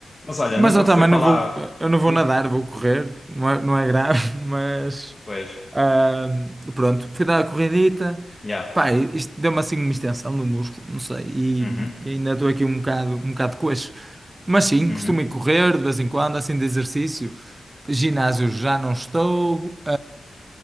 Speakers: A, on the left; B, on the right.
A: mas olha,
B: Mas
A: nunca
B: eu
A: fui
B: também
A: para
B: não
A: lá.
B: vou, eu não vou
A: Diz,
B: nadar,
A: diz.
B: vou correr, não é, não é grave, <laughs> mas
A: Pois,
B: ah, pronto, fui dar a corridita,
A: já.
B: pá, isto deu-me assim uma extensão no músculo, não sei, e,
A: Uhum,
B: e ainda estou aqui um bocado, um bocado coxo. Mas sim,
A: uhum.
B: costumo ir correr de vez em quando, assim de exercício. Ginásio já não estou,